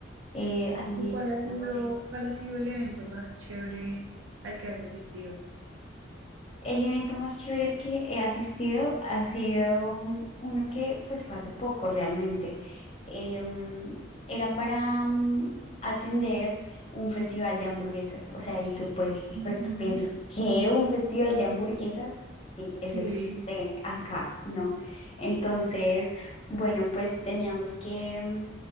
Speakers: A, on the left; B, on the right.
A: eh, administradores.
B: ¿Y cuál ha sido, cuál ha sido el evento más chévere al que has asistido?
A: El evento más chévere al que he asistido ha sido mm, uno que pues fue hace poco realmente. Eh, mm, era para mm, atender un festival de hamburguesas. O sea, y tú pues,
B: Ujú.
A: pues tú piensas, ¿qué? ¿Un festival de hamburguesas? Sí, eso
B: Sí,
A: existe acá, ¿no? Entonces, bueno, pues teníamos que mm,